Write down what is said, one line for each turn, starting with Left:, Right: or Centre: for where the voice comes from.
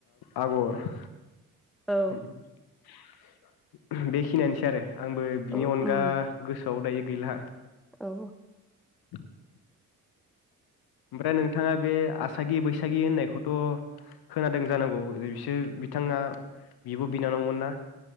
Left: आगर
Centre: औ
Left: उम। बेखिनियानोसै आरो। आंबो बिनि
Centre: औ
Left: अनगा
Centre: उम
Left: गोसोआव दायो। गैला।
Centre: औ।
Left: <inaudible> ओमफ्राय नोंथाङा बे आसागि बैसागि होननायखौथ' खोनादों जानांगौ बिसोर बिथाङा बिब' बिनानावमोन ना।